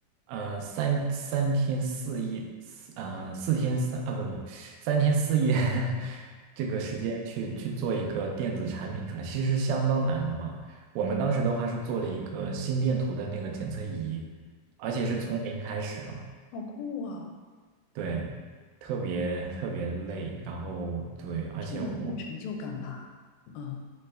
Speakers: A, on the right (about 85°); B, on the left (about 85°).
A: 呃三三天四夜，四呃四天三啊不不三天四夜 <laughs> 这个时间去去做一个电子产品出来，其实是相当难的嘛。我们当时的话是做了一个心电图的那个检测仪，而且是从零开始啊，
B: 好酷啊！
A: 对，特别特别累，然后对，而且我
B: 这也很有成就感吧？嗯